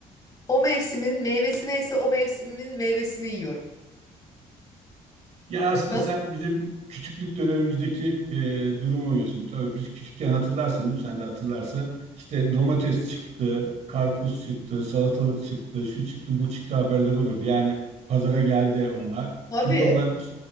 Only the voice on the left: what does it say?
O mevsimin meyvesi neyse o mevsimin meyvesini yiyorum.
Nasıl?
Tabii.